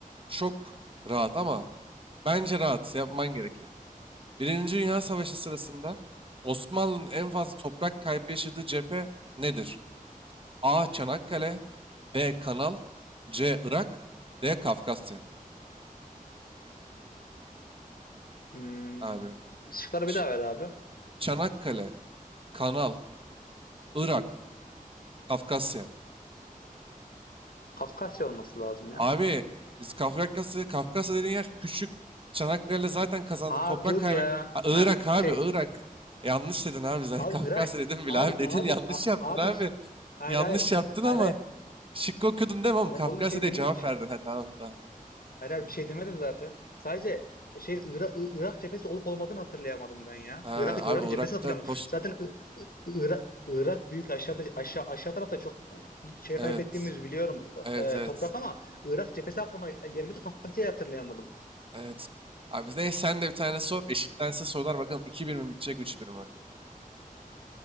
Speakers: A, on the right; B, on the left.
A: çok rahat ama bence rahat yapman gerekir. Birinci Dünya Savaşı sırasında Osmanlı'nın en fazla toprak kaybı yaşadığı cephe nedir? A. Çanakkale B. Kanal C. Irak D. Kafkasya.
B: Hmm.
A: Abi
B: Şıkları bir
A: Ç-
B: daha ver abi.
A: Çanakkale, Kanal, Irak, Kafkasya.
B: Kafkasya olması lazım ya.
A: Abi biz Kafkasya, Kafkasya dediğin yer küçük. Çanakkale'de zaten kazandık.
B: Ha
A: Toprak
B: dur
A: kaybedin.
B: ya.
A: Ha, Irak
B: Ha
A: abi
B: şey
A: Irak. Yanlış dedin abi zaten.
B: abi
A: <laughs> Kafkasya
B: Irak
A: dedim bile
B: abi
A: abi. Dedin
B: abi
A: yanlış
B: a-
A: yaptın
B: abi
A: abi.
B: hayır
A: Yanlış
B: hayır
A: yaptın
B: hayır
A: ama
B: hayır.
A: şıkkı okudun değil mi oğlum?
B: Tamam
A: Kafkasya
B: oğlum bir şey
A: diye
B: demiyorum.
A: cevap
B: <laughs>
A: verdin. Ha tamam tamam.
B: Hayır, hayır, bir şey demedim zaten. Sadece e, şey Irak, Irak cephesi olup olmadığını hatırlayamadım ben ya.
A: Ha
B: Irak Irak
A: abi
B: cephesi
A: Irak'ta
B: hatırlamadım.
A: Kos...
B: Zaten I- I- Irak, Irak büyük aşağıda aşağı aşağı tarafta çok e, şey
A: Evet.
B: kaybettiğimiz biliyorum
A: Evet
B: e,
A: evet.
B: toprak ama Irak cephesi aklıma gelmedi. Kafkasya'yı hatırlayamadım.
A: Evet. Abi ne sen de bir tane sor. Eşitlense sorular bakalım iki bir mi bitecek üç bir mi?